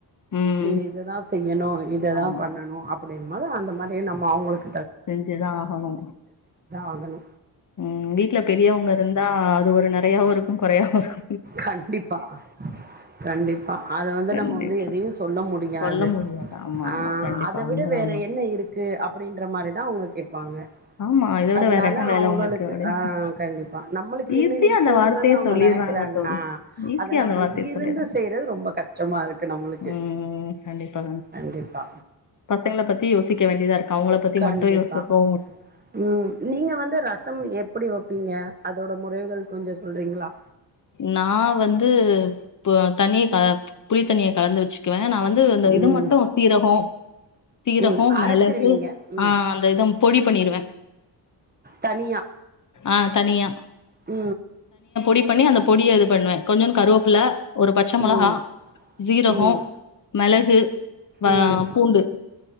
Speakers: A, on the left; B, on the right.
A: ம்.
B: நீங்க இததா செய்யணு இததா
A: ஆமா.
B: பண்ணணு அப்டி இதுமலு அந்த மாரி நம்ப அவுங்களுக்கு
A: செஞ்சுதா ஆகணு
B: ஆகணு
A: ம் வீட்ல பெரியவங்க இருந்தா அது ஒரு நெறையா இருக்கு குறையா இருக்கு
B: கண்டிப்பா கண்டிப்பா அத வந்து
A: கண்டிப்பா.
B: நம்ம வந்து எதையு சொல்ல முடியாது
A: சொல்ல முடியாது. ஆமா,
B: ஆ
A: ஆமா. கண்டிப்பா
B: அத விட
A: உண்மதான்.
B: வேற
A: ஆமா.
B: என்ன இருக்கு அப்டின்ற மாரி தா உங்ககி பாங்க
A: ஆமா. இத விட
B: அதனால
A: வேற என்ன வேல
B: அவங்களுக்கு
A: உனக்கு? அப்டின்னு.
B: ஆ கண்டிப்பா நம்மளுக்கு
A: ஈஸியா
B: என்ன இருக்குன்றது
A: அந்த வார்த்தைய
B: அவங்க
A: சொல்லிடுறாங்க
B: நினைக்க கிறாங்க
A: தோழி
B: ஆ
A: ஈஸியா
B: அத நம்ம
A: அந்த வார்த்தைய
B: இருந்து
A: சொல்லிடுறாங்க
B: செய்யறது ரொம்ப கஷ்டமா இருக்கு நம்மளுக்கு
A: ம் கண்டிப்பா
B: கண்டிப்பா
A: பசங்கள பத்தி யோசிக்க வேண்டியதா இருக்கு அவங்கள பத்தி
B: கண்டிப்பா
A: மட்டு யோசிப்போ
B: ம் நீங்க வந்து ரசம் எப்படி வப்பீங்க அதோட முறைகள் கொஞ்ச சொல்கிறீங்களா
A: நா வந்து பு தணி அ புளித்தண்ணியை கலந்து வச்சு க்வே நா வந்து இந்த இது
B: ம்,
A: மட்டு சீரகம் சீரக
B: ம். அரைச்சிருவீங்க.
A: மெளகு
B: ம்.
A: ஆ அந்த இத பொடி பண்ணிருவே
B: தனியா.
A: அ தனியா
B: ம்
A: டி பண்ணி அந்த பொடிய இது பண்ணுவே கொஞ்சுன் கருவப்புல ஒரு பச்ச மொளகா
B: ம்,
A: சீரக
B: ம்,
A: மெளகு வ
B: ம்.
A: பூண்டு